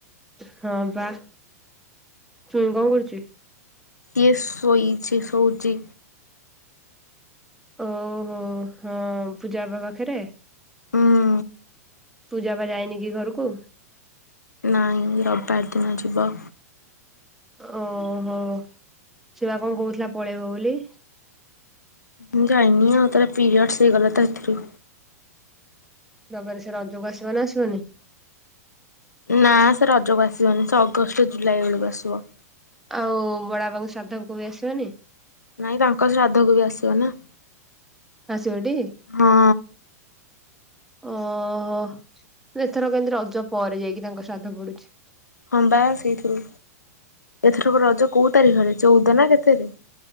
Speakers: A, in the centre; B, on the left.
A: ହଁ ବା ଚୁଇଁ କଣ କରୁଛି?
B: କିଏ ଶୋଇଛି ଶୋଉଛି।
A: ଓହୋ ହଁ ପୂଜା ବା ପାଖରେ?
B: ହୁଁ
A: ପୂଜା ବା ଯାଇନି କି ଘରକୁ?
B: ନାଇଁ ରବିବାର ଦିନ ଯିବ।
A: ଓହୋ ଛୁଆ କଣ କହୁଥିଲା ପଳେଇବ ବୋଲି?
B: ମୁଁ ଯାଇନି ଆଁଉ ତାର ପିରିୟଡସ ହେଇଗଲା ତ ଏଥରୁ।
A: ରବିବାରେ ସେ ରଜକୁ ଆସିବ ନା ଆସିବନି?
B: ନା ସେ ରଜକୁ ଆସିବନି ସେ ଅଗଷ୍ଟ ଜୁଲାଇ ବେଳକୁ ଆସିବ।
A: ଆଉ ବଡା ବା ସାଧକୁ ବି ଆସିବନି?
B: ନାଇଁ ତାଙ୍କ ଶ୍ରାଦ୍ଧକୁ ବି ଆସିବ ନା।
A: ଆସିବ ଟି
B: ହଁ
A: ଓହୋ। ଏଥର କେମିତି ରଜ ପରେ ଯାଇକି ତାଙ୍କ ଶ୍ରାଦ୍ଧ ପଡୁଛି।
B: ହବା ସେଇଥିରୁ ଏଥରକ ରଜ କୋଉ ତାରିଖରେ ଚଉଦ ନା କେତେରେ?